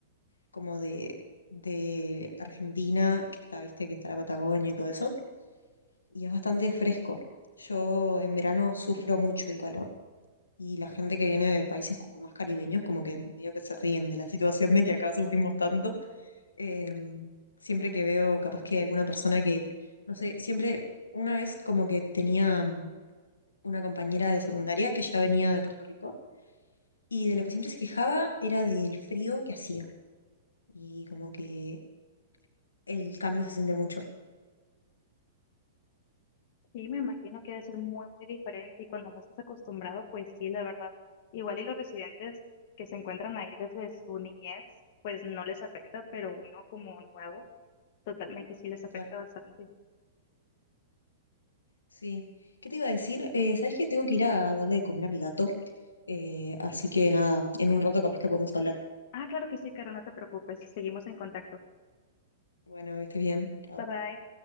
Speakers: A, on the left; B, on the left.
A: como de, de Argentina, que está, viste, que está la Patagonia y todo eso. y es bastante fresco. Yo en verano sufro mucho el calor y la gente que viene de países como más caribeños, como que medio que se ríen de la <laughs> situación de que acá sufrimos tanto. Eh, siempre que veo capaz que alguna persona que, no sé, siempre una vez como que tenía mm, una compañera de secundaria que ya venía de Puerto Rico y de lo que siempre se quejaba era del frío que hacía y como que el cambio se siente mucho.
B: Y me imagino que debe ser muy, muy diferente y cuando no estás acostumbrado, pues sí, la verdad. Igual y los residentes que se encuentran ahí desde su niñez, pues no les afecta, pero uno como nuevo, totalmente sí les
A: Total.
B: afecta bastante.
A: Sí. ¿Qué te iba a decir? Eh, ¿sabes que tengo que ir a darle de comer a mi gato? Eh, así que nada, en un rato capaz que podemos hablar.
B: Ah, claro que sí, Caro, no te preocupes, seguimos en contacto.
A: Bueno, que estés bien. Chao.
B: Bye bye.